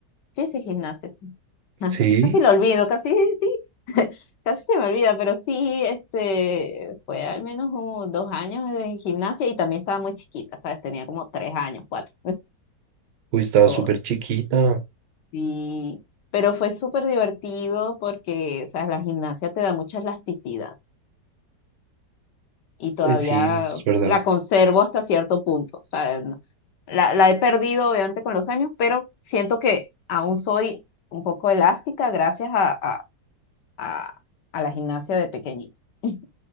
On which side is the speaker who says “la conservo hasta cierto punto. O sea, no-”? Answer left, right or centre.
Left